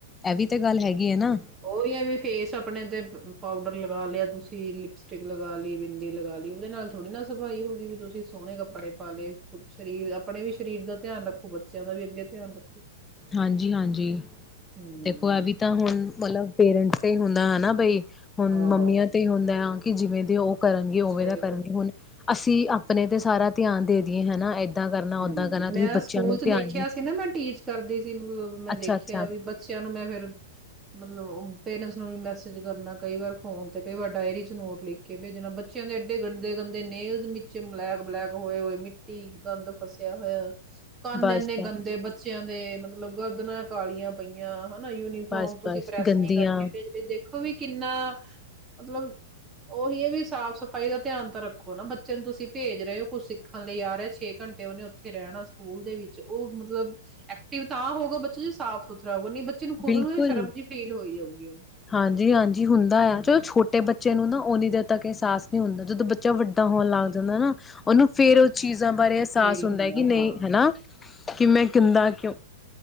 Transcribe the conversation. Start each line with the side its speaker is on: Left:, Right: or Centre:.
Left: ਇਹ ਵੀ ਤੇ ਗੱਲ ਹੈਗੀ ਹੈ ਨਾ
Right: ਉਓਹੀ ਹੈ ਵੀ ਫੇਸ ਆਪਣੇ ਤੇ ਪਾਊਡਰ ਲਗਾ ਲਿਆ ਤੁਸੀਂ ਲਿਪਸਟਿਕ ਲਗਾ ਲਈ ਬਿੰਦੀ ਲਗਾ ਲਈ ਉਹਦੇ ਨਾਲ ਥੋੜ੍ਹੀ ਨਾ ਸਫ਼ਾਈ ਹੋ ਗਈ ਵੀ ਤੁਸੀਂ ਸੋਹਣੇ ਕੱਪੜੇ ਪਾ ਲਏ। ਸਰੀਰ ਆਪਣੇ ਵੀ ਸਰੀਰ ਦਾ ਧਿਆਨ ਰੱਖੋ ਬੱਚਿਆਂ ਦਾ ਵੀ ਅੱਗੇ ਧਿਆਨ ਰੱਖੋ।
Left: ਹਾਂਜੀ -ਹਾਂਜੀ।
Right: ਹਮ
Left: ਦੇਖੋ ਇਹ ਵੀ ਤਾਂ ਹੁਣ ਮਤਲਬ ਪੇਰੈਂਟਸ ਤੇ ਹੁੰਦਾ ਹਨਾ ਬਈ। ਹੁਣ
Right: ਆਹ
Left: ਮੰਮੀਆਂ ਤੇ ਹੁੰਦਾ ਆ। ਕਿ ਜਿਵੇਂ ਦੇ ਉਹ ਕਰਨਗੇ ਉਵੇ
Right: ਸਹੀ
Left: ਤਾਂ ਕਰਨਗੇ
Right: ਗੱਲ ਹੈ।
Left: ਹੁਣ ਅਸੀਂ ਆਪਣੇ ਤੇ ਸਾਰਾ ਧਿਆਨ ਦੇ ਦੀਈਏ ਹਨਾ। ਕਰਨਾ
Right: ਹਮ,
Left: ਓਦਾਂ ਕਰਨਾ ਤੁਸੀਂ
Right: ਮੈਂ
Left: ਬੱਚਿਆਂ
Right: ਸਕੂਲ
Left: ਨੂੰ
Right: ਚ
Left: ਧਿਆਨ
Right: ਦੇਖਿਆ
Left: ਨੀ
Right: ਸੀ ਨਾ ਮੈਂ ਟੀਚ ਕਰਦੀ ਸੀ ਮੈਂ
Left: ਅੱਛਾ
Right: ਦੇਖਿਆ
Left: ਅੱਛਾ
Right: ਵੀ ਬੱਚਿਆਂ ਨੂੰ ਮੈਂ ਫੇਰ ਮਤਲਬ ਪੇਰੈਂਟਸ ਨੂੰ ਵੀ ਮੈਸੇਜ ਕਰਨਾ ਕਈ ਵਾਰ ਫੋਨ 'ਤੇ ਕਈ ਵਾਰ ਡਾਇਰੀ 'ਚ ਨੋਟ ਲਿਖ ਕੇ ਭੇਜਣਾ ਬੱਚਿਆਂ ਦੇ ਐਡੇ ਗੰਦੇ ਗੰਦੇ ਨੇਲਜ਼ ਮੱਚੇ ਬਲੈਕ ਬਲੈਕ ਹੋਏ ਹੋਏ ਮਿੱਟੀ ਗੰਦ ਫਸਿਆ ਹੋਇਆ ਕੰਨ
Left: ਬਸ
Right: ਇੰਨੇ ਗੰਦੇ
Left: ਬਸ
Right: ਬੱਚੇ ਬੱਚਿਆਂ ਦੇ ਮਤਲਬ ਗਰਦਨਾ ਕਾਲੀਆਂ ਪਈਆਂ ਹਨਾ ਯੂਨੀਫੋਮ
Left: ਬਸ
Right: ਤੁਸੀਂ
Left: ਬਸ
Right: ਪ੍ਰੈਸ
Left: ਗੰਦੀਆਂ
Right: ਨਹੀਂੀ ਕਰਕੇ ਭੇਜ ਰਹੇ ਦੇਖੋ ਵੀ ਕਿੰਨਾ ਮਤਲਬ ਉਹੀ ਹੈ ਵੀ ਸਾਫ਼ ਸਫ਼ਾਈ ਦਾ ਧਿਆਨ ਤਾਂ ਰੱਖੋ ਨਾ ਬੱਚੇ ਨੂੰ ਤੁਸੀਂ ਭੇਜ ਰਹੇ ਹੋ ਕੁੱਛ ਸਿੱਖਣ ਲਈ ਆ ਰਿਹਾ ਛੇ ਘੰਟੇ ਤੇ ਉਹਨੇ ਉੱਥੇ ਰਹਿਣਾ ਸਕੂਲ ਦੇ ਵਿੱਚ ਉਹ ਮਤਲਬ ਐਕਟਿਵ ਤਾਂ ਹੋਊ ਬੱਚੋ ਜੀ ਸਾਫ਼ ਸੁਥਰਾ ਹੋਊਗਾ ਨਹੀਂ ਬੱਚੇ ਨੂੰ ਖੁਦ
Left: ਬਿਲਕੁਲ
Right: ਨੂੰ ਇਹ ਸ਼ਰਮ ਜਿਹੀ ਫੀਲ ਹੋਈ ਜਾਊਗੀ ਉਹਨੂੰ
Left: ਹਾਂਜੀ ਹਾਂਜੀ ਹੁੰਦਾ ਆ
Right: ਹਮ
Left: ਚਲੋ ਛੋਟੇ ਬੱਚੇ ਨੂੰ ਨਾ ਉਹਓਨੀ ਦੇ ਤ ਅਹਿਸਾਸ ਨਹੀਂ ਹੁੰਦਾ ਜਦੋਂ ਬੱਚਾ ਵੱਡਾ ਹੋਣ ਲੱਗ ਜਾਂਦਾ ਨਾ ਉਹਨੂੰ ਫੇਰ ਉਹ ਚੀਜ਼ ਾਂ ਬਾਰੇ ਅਹਿਸਾਸ
Right: ਫੀਲ
Left: ਹੁੰਦਾ ਕਿ ਨਹੀਂ
Right: ਹਾਂ
Left: ਹਨਾ ਕਿ ਮੈਂ ਕਿਹਿੰਦਾ ਕਿਉਂ